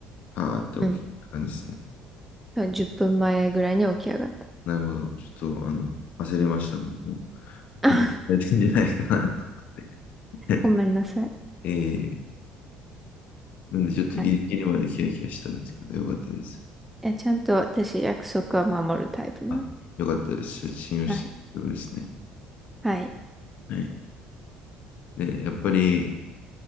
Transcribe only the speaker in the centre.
うん。10分前ぐらいに起き上がった。
<laughs>
ごめんなさい。
はい。
え、ちゃんと私約束は守るタイプなんで。
はい。はい。